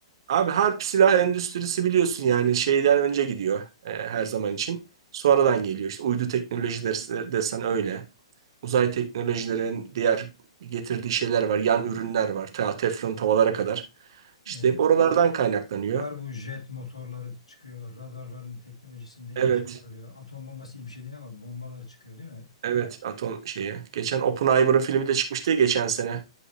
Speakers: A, on the right; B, on the left.
A: Abi harp silah endüstrisi biliyorsun yani şeyden önce gidiyor e, her zaman için. Sonradan geliyor işte uydu teknolojileri desen öyle. Uzay teknolojilerin diğer getirdiği şeyler var. Yan ürünler var. Ta teflon tavalara kadar. İşte
B: Evet.
A: hep oralardan kaynaklanıyor.
B: Var bu jet motorları çıkıyor, radarların teknolojisinde gelişmeler
A: Evet.
B: oluyor. Atom bombası iyi bir şey değil ama bombalar çıkıyor değil mi?
A: Evet atom şeyi. Geçen Oppenheimer'ın filmi de çıkmıştı ya geçen sene.